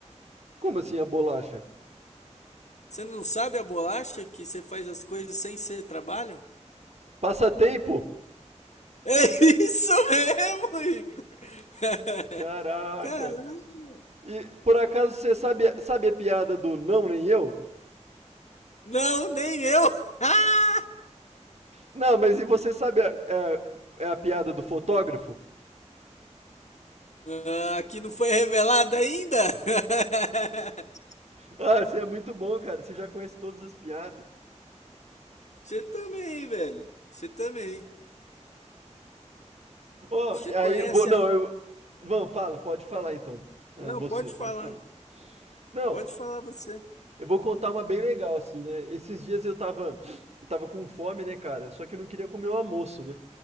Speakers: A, on the right; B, on the left.
A: Como assim a bolacha?
B: Você não sabe a bolacha que você faz as coisas sem ser trabalho? <laughs>
A: Passatempo?
B: É isso mesmo, Igor. <laughs>
A: Caraca.
B: Caralho.
A: E por acaso você sabe, sabe a piada do não nem eu?
B: Não, nem eu. <laughs>
A: Não, mas e você sabe a, a, a piada do fotógrafo?
B: Ah, Aqui não foi revelado ainda? <laughs>
A: Ah, você é muito bom, cara. Você já conhece todas as piadas.
B: Você também, velho. Você também.
A: Ô,
B: Você
A: aí,
B: conhece
A: vou, não,
B: a.
A: eu. Não, fala, pode falar então. Ah,
B: Não,
A: você,
B: pode
A: pode
B: falar.
A: falar. Não,
B: Pode falar você. É.
A: eu vou contar uma bem legal, assim, né? Esses dias eu tava, eu tava com fome, né, cara? Só que eu não queria comer um almoço, né?